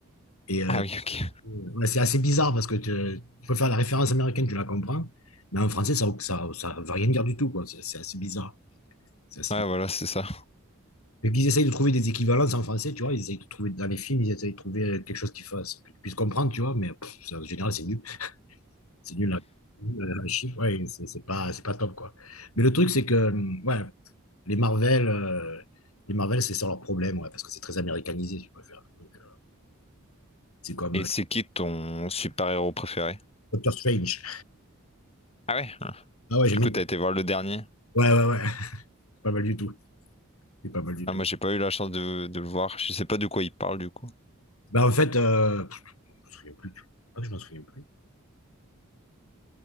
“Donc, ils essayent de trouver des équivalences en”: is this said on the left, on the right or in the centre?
Left